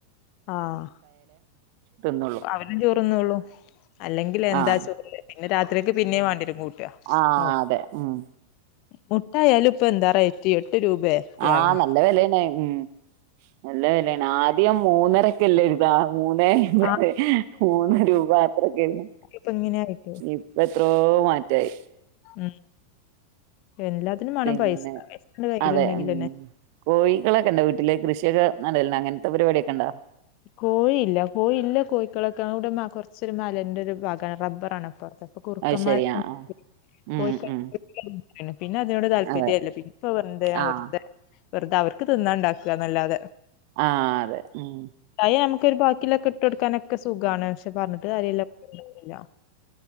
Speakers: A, on the left; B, on the right.
A: ആഹ്
B: തിന്നുള്ളൂ
A: അവനും ചോറ്ന്നുള്ളൂ അല്ലെങ്കിൽ എന്താ
B: ആഹ്
A: ചോറ് ന്നെ രാത്രിയക്ക് പിന്നേം വാണ്ട്യേരും കൂട്ട്
B: ആഹ്
A: നോക്കാ
B: അതെ ഉം
A: മുട്ടായാലും ഇപ്പ എന്താ റെയിറ്റ് എട്ട് രൂപേ ഒക്കെ
B: ആഹ്
A: ആയിണ്
B: നല്ല വെലയാണ് ഉം നല്ല വെലയാണ് ആദ്യം മൂന്നരക്കെ അല്ലേ <unintelligible> മുന്നേ അയിമ്പത്
A: ഉം
B: മൂന്ന് രൂപ അത്രയെക്കായ്രുന്നു
A: ഇപ്പ ഇങ്ങനെ ആയിട്ട്
B: ഇപ്പ എത്രോ മാറ്റ് ദേയ്
A: ഉം എല്ലാത്തിനും വേണം
B: പിന്നെ
A: പൈസ പൈസണ്ട് കയ്യിലുണ്ടെങ്കിലെന്നെ
B: അതെ ഉം കോഴികളൊക്കെണ്ടാേ വീട്ട്ല് കൃഷിയൊക്കെ നടൽണ്ടോ അങ്ങൻത്തെ പര്പാട്യൊക്കെണ്ടോ?
A: കോഴില്ല കോഴി ഇല്ല കോയ്ക്കളൊക്കെ അവ്ടെ മ കൊർച്ചൊരു മലൻന്റൊരു ഭാഗാ റബ്ബറാണ് അപ്പർത്ത് അപ്പൊ കുറ്ക്കന്മാരൊക്കെ
B: അത് ശരി ആഹ്
A: <unintelligible>
B: ആഹ് ഉം
A: കോഴിക്ക <unintelligible>
B: ഉം
A: പിന്നെ അതിനോട് താല്പര്യേല്ല
B: അതെ
A: പിന്നെപ്പാെവെന്ത്നാ
B: ആഹ്
A: വെർതെ വെർതെ അവർക്ക് തിന്നാണ്ടാക്കന്നല്ലാതെ
B: ആ അതെ ഉം
A: ഞമ്മക്കാെര് ബാക്കില്ലെക്കെ ഇട്ടാെട്ക്കാനൊക്കെ സുഖാണ് ഷ് പർഞ്ഞ്ട്ട് കാര്യല്ല <unintelligible> ല്ലാ